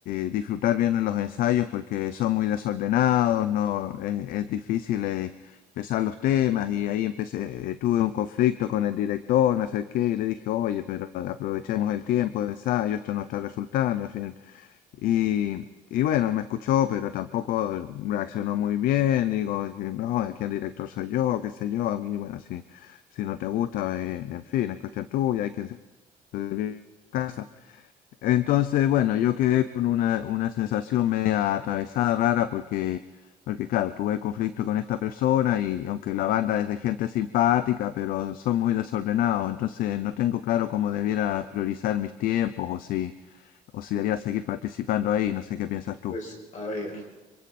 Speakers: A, on the left; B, on the left.
A: eh, disfrutar bien en los ensayos porque son muy desordenados, no, es, es difícil eh, empezar los temas y ahí empecé, eh, tuve un conflicto con el director, me acerqué y le dije, oye, pero aprovechemos el tiempo de ensayo, esto no está resultando, en fin. Y, y bueno, él me escuchó, pero tampoco reaccionó muy bien. Digo, dije, no, aquí el director soy yo, qué sé yo. Y bueno, si, si no te gusta, eh, en fin, es cuestión tuya, hay que de casa. Entonces, bueno, yo quedé con una, una sensación media atravesada, rara, porque, porque claro, tuve conflicto con esta persona y aunque la banda es de gente simpática, pero son muy desordenados, entonces no tengo claro cómo debiera priorizar mis tiempos o si, o si debiera seguir participando ahí, no sé qué piensas tú.
B: Pues a ver.